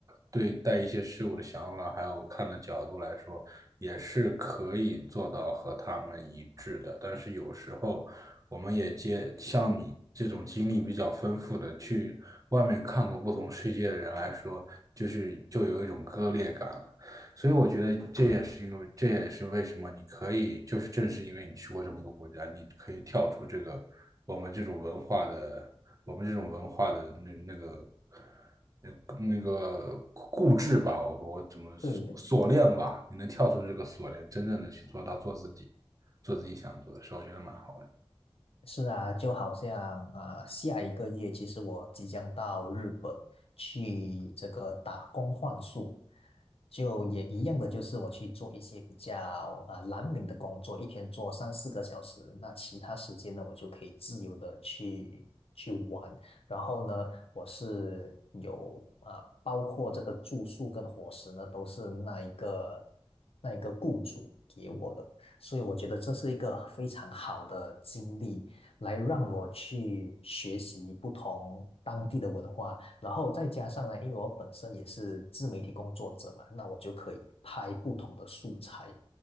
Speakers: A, on the right (about 35°); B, on the left (about 70°).
A: 对待一些事物的想法，还有看的角度来说，也是可以做到和他们一致的。但是有时候。我们也接像你这种经历比较丰富的，去外面看过不同世界的人来说，就是就有一种割裂感了。所以我觉得这也是因为，这也是为什么你可以，就是正是因为你去过这么多国家，你可以跳出这个我们这种文化的，我们这种文化的那那个。那那个固执吧，我我怎么锁链吧？
B: 对，的。
A: 你能跳出这个锁链，真正的去做到做自己，做自己想做的事，我觉得蛮好的。
B: 是啊，就好像呃，下一个月其实我即将到日本去这个打工换宿，就也一样的，就是我去做一些比较啊蓝领的工作，一天做三四个小时，那其他时间呢，我就可以自由的去去玩。然后呢，我是有啊、呃包括这个住宿跟伙食呢，都是那一个那一个雇主给我的。所以我觉得这是一个非常好的经历，来让我去学习不同当地的文化，然后再加上呢，因为我本身也是自媒体工作者嘛，那我就可以拍不同的素材